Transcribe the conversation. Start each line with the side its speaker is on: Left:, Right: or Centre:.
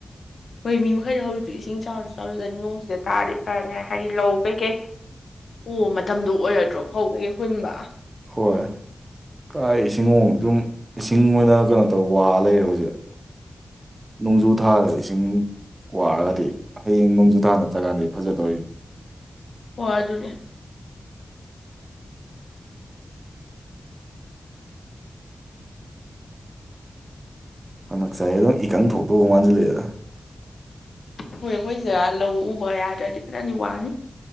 Left: ꯍꯣꯏ ꯃꯤ ꯃꯈꯩꯗ ꯍꯧꯖꯤꯛꯁꯨ ꯏꯁꯤꯡ ꯆꯥꯎꯔꯁꯨ ꯆꯥꯎꯔꯗ ꯅꯣꯡꯁꯤꯗ ꯇꯥꯔꯗꯤ ꯐꯔꯅꯤꯉꯥꯏ ꯍꯥꯏꯗꯤ ꯂꯧ ꯀꯩꯀꯩ ꯎ ꯃꯇꯝꯗꯨ ꯑꯣꯏꯔꯗ꯭ꯔꯣ ꯐꯧ ꯀꯩꯀꯩ ꯍꯨꯟꯕ
Right: ꯍꯣꯏ ꯀꯥꯏ ꯏꯁꯤꯡꯑꯣ ꯁꯨꯝ ꯏꯁꯤꯡ ꯑꯣꯏꯅ ꯀꯩꯅꯣ ꯇꯧ ꯋꯥ ꯂꯩꯔꯦ ꯍꯧꯖꯤꯛ ꯅꯣꯡꯖꯨ ꯊꯥꯗ ꯏꯁꯤꯡ ꯋꯥꯔꯒꯗꯤ ꯍꯌꯦꯡ ꯅꯣꯡꯖꯨ ꯊꯥꯗ <unintelligible> ꯐꯖꯗꯧꯔꯤꯅꯤ
Left: ꯍꯣ ꯑꯗꯨꯅꯦ
Right: ꯍꯟꯗꯛ ꯆꯍꯤ ꯑꯗꯨꯝ ꯏꯀꯪ ꯊꯣꯛꯇꯧꯕ ꯃꯥꯟꯁꯤꯜ ꯂꯛꯑꯦꯗ
Left: ꯍꯣꯏ ꯑꯩꯈꯣꯏ ꯁꯤꯗ ꯂꯧ ꯎꯕ ꯌꯥꯗ꯭ꯔꯗꯤ ꯈꯔꯗꯤ ꯋꯥꯅꯤ